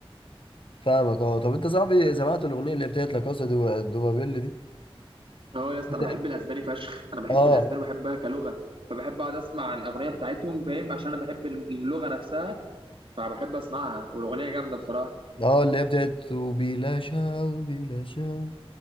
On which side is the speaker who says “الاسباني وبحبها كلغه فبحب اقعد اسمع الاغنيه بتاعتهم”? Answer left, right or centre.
Right